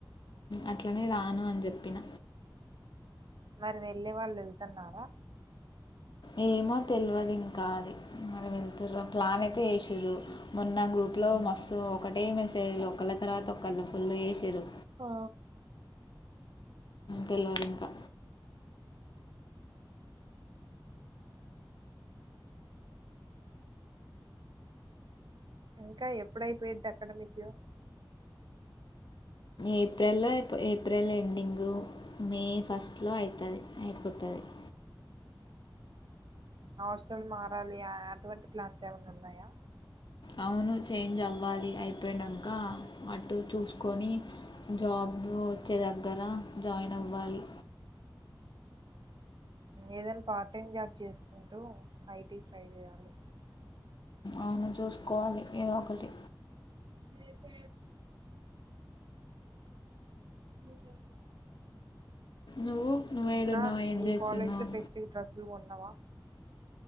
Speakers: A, on the left; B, on the right.
A: అట్లనే రాను అని చెప్ పిన
B: మరి వెళ్ళే వాళ్ళు వెళ్తున్నారా
A: ఏమో తెలివదు ఇంకాది మరి వెళ్తుర ప్లాన్ చేసిర్రు మొన్న గ్రూప్ లో
B: ఉమ్
A: మస్తు ఒకటే మెసేజ్ లు ఒకళ తర్వాత ఒకళ ఫుల్ వేసిర్రు
B: ఆ
A: తెలివాలి ఇంకా
B: ఇంకా ఎప్పుడయిపోయద్ది అక్కడ మీకు
A: ఏప్రిల్ల్లో అయిపో ఏప్రిల్ ఎండింగ మే ఫస్ట్ లో అయితది అయిపోతది <inaudible>
B: హాస్టల్ మారాలి అటువంటి ప్లాన్స్ ఏమైనా ఉన్నాయా
A: అవును చేంజ్ అవ్వాలి అయిపోయినాక అటు చూసుకొని జాబ్ వచ్చే దగ్గర జాయిన్ అవ్వాలి
B: ఏదైనా పార్ట్ టైమ్ జాబ్ చేసుకుంటూ ఐటీ ట్రై చేయాలి
A: అవును చూసుకోవాలి ఏదో ఒకటి
B: న <inaudible> మయి
A: నువ్వు నువ్వేడున్నావు
B: ఇంకా
A: ఏం
B: మీ
A: చేస్తున్నావు
B: కాలేజ్ లో ఫెస్ట్ డ్రెస్సులు కొన్నా అవా